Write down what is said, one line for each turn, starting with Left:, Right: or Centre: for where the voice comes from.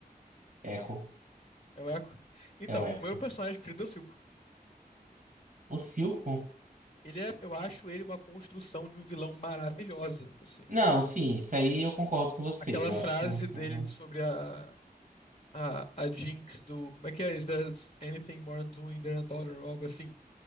Right: Eco,
Left: É o Echo? Então,
Right: é o Eco.
Left: o meu personagem preferido é o Silco.
Right: O Silco?
Left: Ele é, eu acho ele uma construção de um vilão maravilhosa, assim.
Right: Não, sim, isso aí eu concordo com você,
Left: Aquela
Right: eu
Left: frase
Right: acho.
Left: dele
Right: Uhum,
Left: sobre a, a, a Jinx do. Como é que é? Is there anything more than doing than a daughter? Ou algo assim.